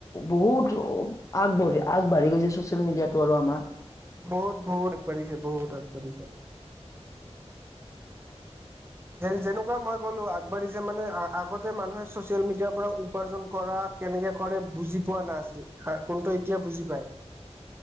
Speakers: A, on the left (about 25°); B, on the right (about 20°).
A: বহুত আগবাঢ়ি আগবাঢ়ি গৈছে চচিয়েল মিডিয়াতটো আৰু আমাৰ
B: বহুত বহুত আগবাঢ়িছে বহুত আগবাঢ়িছে যেনেকুৱা মই ক'লো আগবাঢ়িছে মানে আগতে মানুহে চচিয়েল মিডিয়াৰ পৰা উপাৰ্জন কৰা কেনেকে কৰে বুজি পোৱা নাছিল কোনটো এতিয়া বুজি পায়